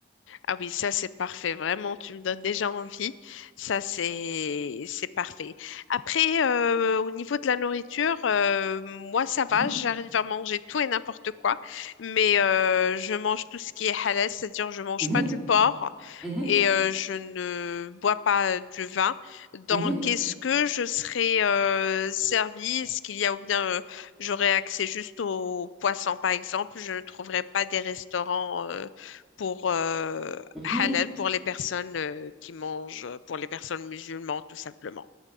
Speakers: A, on the left (about 75°); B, in the centre.
A: Ah oui, ça c'est parfait, vraiment, tu me donnes déjà envie. Ça c'est c'est parfait. Après, euh, au niveau de la nourriture, euh, moi ça va,
B: Mhm,
A: j'arrive à manger tout et n'importe quoi, mais euh, je mange tout ce qui est halal, c'est-à-dire je mange
B: mhm,
A: pas du porc
B: mhm,
A: et euh, je ne bois pas du vin. Donc,
B: mhm,
A: est-ce que je serai euh, servie? Est-ce qu'il y a ou bien euh, j'aurai accès juste aux poissons, par exemple? Je ne trouverai pas des restaurants. euh, pour euh,
B: mhm.
A: halal pour les personnes euh, qui mangent, euh, pour les personnes musulmanes, tout simplement.